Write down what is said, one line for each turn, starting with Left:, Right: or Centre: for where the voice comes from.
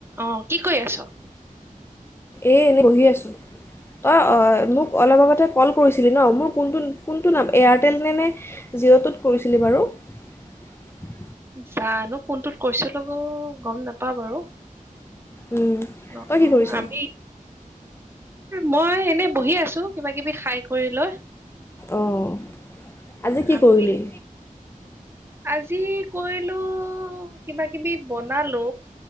Right: অ', কি কৰি আছ?
Left: এ, এনেই বহি আছোঁ। অ, অ' মোক অলপ আগতে কল কৰিছিলি ন? মোৰ কোনটো কোনটো নাম এয়াৰটেল নে নে জিঅ'টোত কৰিছিলি বাৰু উ
Right: জানো কোনটো কৈছোলোগ গম নাপাওঁ বাৰু
Left: ওম
Right: অ
Left: তই কি কৰিছ
Right: আমি মই এনে বহি আছো কিবা কিবি খাই কৰি লয়
Left: অঁ আজি কি
Right: আমি
Left: কৰিলি
Right: আজি কৰিলো কিবা কিবি বনালো